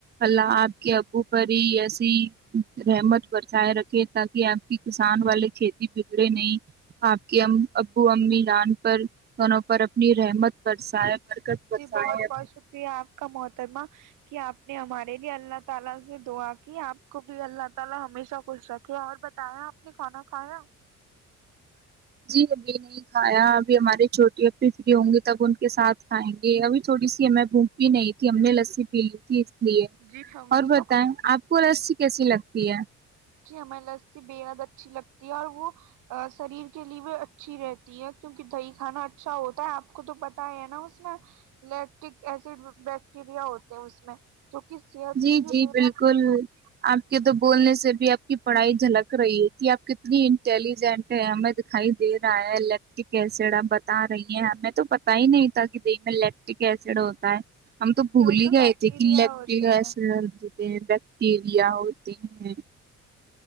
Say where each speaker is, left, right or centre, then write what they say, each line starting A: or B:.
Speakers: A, on the right; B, on the right.
A: اللہ آپ کے ابو پر ہی ایسی رحمت برسائے رکھے تاکہ آپ کی کسان والے کھیتی بگڑے نہیں آپ کے ابو امی جان پر دوں پر اپنی رحمت برسائے برکت برسائے
B: جی بہت بہت شکریہ آپ کا مہت ترمہ اپ نے ہمارے لیے اللہ تعالی سے دعا کی اپ کو بھی اللہ تعالی ہمیشہ خوش رکھے اور بتائیں اپ نے کھانا کھایا
A: جی ابھی نہیں کھایا ابھی ہمارے چھوٹی اھی فری ہوں گی تب ان کے ساتھ کھائیں گے ابھی تھوڑی سی ہمیں بھوک بھی نہیں تھی ہم نے لسی پی لی تھی
B: جی ہم
A: اور
B: نے
A: بتائیں
B: تو کھا
A: آپ کو رس کیسی لگتی پیا
B: جی ہمیں لسی بےحد اچھی لگتی ہے اور وہ شریر کے لیے بھی اچھی رہتی ہے کیونکہ دہی کھانا اچھا ہوتا ہے آپ کو تو پتا ہی ہے نا اس میں لیکٹک ایسڈ بیکٹیریا ہوتے ہیں اس میں جو کہ صحت
A: جی
B: کے لیے
A: جی
B: بے
A: بالکل
B: حد اچھے ہوتے
A: آپ کے تو بولنے سے بھی آپ کی پڑھائی جھلک رہی تھی آپ کتنی انٹیلیجنٹ ہے ہمیں دکھائی دے رہا ہے لیپٹک ایسڈ آپ بتا رہی ہیں ہمیں تو پتا ہی نہیں تھا کہ دی میں لیپٹک ایسڈ ہوتا ہے ہم تو بولی
B: ہیں، اس میں
A: گئے
B: بیکٹیریا
A: تھے ک
B: ہوتے
A: ھ گ
B: ہیں
A: س <inaudible> ہوتے ہیں بیکٹیریا ہوتے ہیں